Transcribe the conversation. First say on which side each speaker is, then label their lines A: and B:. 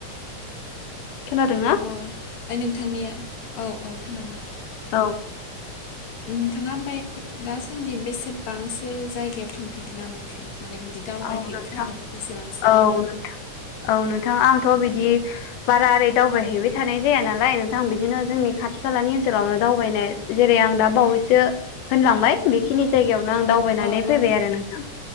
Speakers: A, on the left; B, on the left.
A: खोनादोंना
B: औ ओमफाय नोंथांनिया औ। औ खोनादों।
A: औ।
B: नोंथाङा ओमफाय दासान्दि बेसेबांसो जायगायाव थांफेरना मोनखो? माने बिदि दावबायहैखो
A: औ नोंथां
B: आरो बेसेबांसो जायगायाव
A: औ नोंथां औ नोंथां आंथ' बिदि बारा ओरै दावबायहैबाय थानाय जाया नालाय नोंथां बिदिनो जोंनि खाथि खालानि ओनसोलावनो दावबायनाय जेरै आं दा बावैसो सो होनलांबाय बेखिनि जायगायाव नो आं दावबायनानै
B: अ
A: फैबाय
B: अ
A: आरो नोंथां